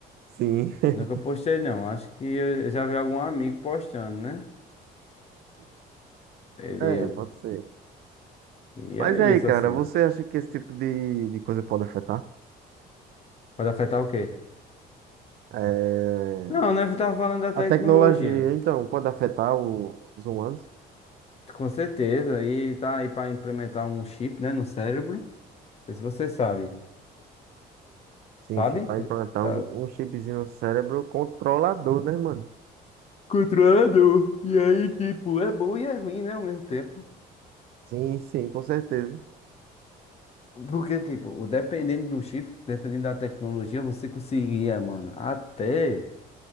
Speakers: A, on the right (about 70°); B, on the left (about 40°).
A: Sim. <laughs>
B: nunca postei, não. Acho que eu já vi algum amigo postando, né? Ele.
A: É, pode ser.
B: E
A: Mas
B: é
A: e aí,
B: isso,
A: cara,
B: assim.
A: você acha que esse tipo de, de coisa pode afetar?
B: Pode afetar o quê?
A: É,
B: Não, né? Eu tava falando da tecnologia,
A: A tecnologia,
B: né?
A: então, pode afetar o- os humanos?
B: Com certeza. E tá aí pra implementar um chip, né? No cérebro. Não sei se você sabe.
A: Sim,
B: Sabe?
A: sim, vai implantar
B: Tá.
A: um, um chipzinho no cérebro controlador, né, mano?
B: controlado E aí, tipo, é bom e é ruim, né, ao mesmo tempo.
A: Sim, sim, com certeza.
B: Porque, tipo, o- dependendo do chip, dependendo da tecnologia, você conseguia, mano, até,